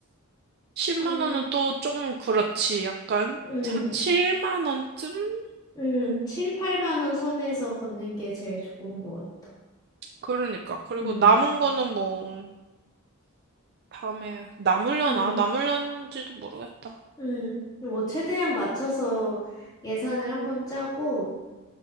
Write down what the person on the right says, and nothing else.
10만
원은 또 좀 그렇지, 약간.
한 7만 원쯤?
음,
그러니까. 그리고
남은 거는 뭐, 다음에, 남으려나?
남으려는지도 모르겠다.